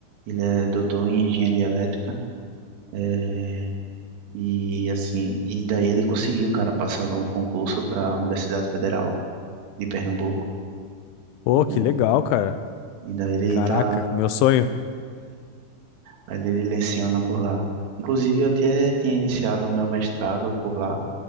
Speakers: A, on the right; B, on the left.
A: ele é doutor em engenharia elétrica, é, e assim, e daí ele conseguiu, cara, passar no concurso para a Universidade Federal de Pernambuco.
B: Pô, que
A: É.
B: legal, cara.
A: E daí ele
B: Caraca,
A: tá
B: meu sonho.
A: mas ele leciona por lá. Inclusive, eu até tinha iniciado o meu mestrado por lá,